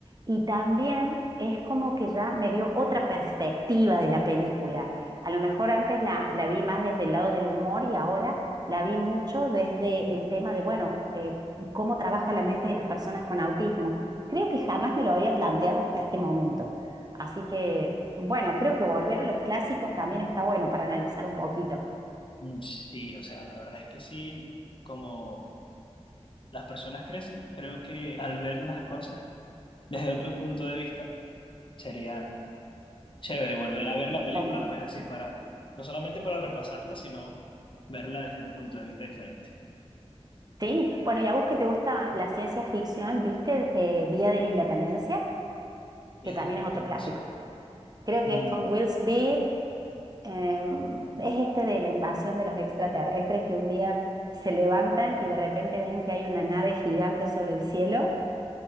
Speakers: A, on the right (about 35°); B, on the left (about 50°).
A: y también es como que ya me dio otra perspectiva de la película. A lo mejor antes la, la vi más desde el lado del humor y ahora la vi mucho desde el tema de, bueno, eh, cómo trabaja la mente de las personas con autismo. Creo que jamás me lo había planteado hasta este momento. Así que, bueno, creo que volver a los clásicos también está bueno para analizar un poquito.
B: Mm, sí, o sea, la verdad es que sí, como las personas crecen, creo que al ver las cosas desde otro punto de vista, sería chévere volver a ver la
A: Totalmente.
B: película, pues así para, no solamente para repasarla, sino verla desde un punto de vista diferente.
A: Sí, bueno, y a vos que te gusta la ciencia ficción, ¿viste eh, Día de la Independencia?
B: Día
A: Que también
B: de la Independencia.
A: es otro clásico. Creo
B: Mm.
A: que es con Will Smith, em, es este de la invasión de los extraterrestres que un día se levantan y de repente ven que hay una nave gigante sobre el cielo.